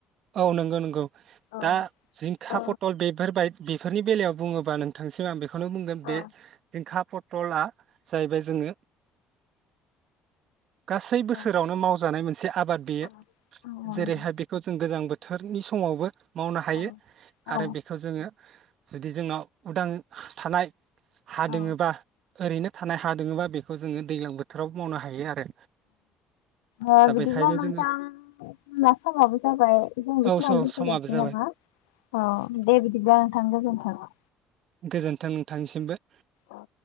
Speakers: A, on the right; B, on the left.
A: औ नंगौ नंगौ
B: औ
A: दा जिंखा
B: औ
A: पथल बेफोरबायदि बेफोरनि बेलायाव बुङोबा नोंथांसिम आं बेखौनो खौनो बुंगोन
B: औ
A: बे जिंखाफोर टलला जाहैबाय जोङो गासै बोसोरावनो
B: औ
A: मावजानाय मोनसे आबाद बेयो
B: औ औ
A: जेरैहाय
B: नंगौ
A: बेखौ जों गोजां बोथोर बोथोरनि समावबो मावनो हायो
B: औ औ
A: आरो बेखौ जोङो जुदि जोंनाव उदां थानाय। हा
B: औ
A: दोङोबा। ओरैनो थानाय हा दङोबा बेखौ जोङो दैज्लां बोथोरावबो मावनो हायो आरो।
B: औ
A: दा
B: बिदिब्ला
A: बेखायनो
B: नोंथां
A: जोङो
B: जोंना समाबो जाबाय जों बेखिनियावनो
A: औ
B: दोनथ'जासिगोन
A: समाबो जाबाय
B: नामा औ दे बिदिब्ला नोंथां गोजोनथों।
A: गोजोन्थों नोंथांनिसिमबो।
B: औ।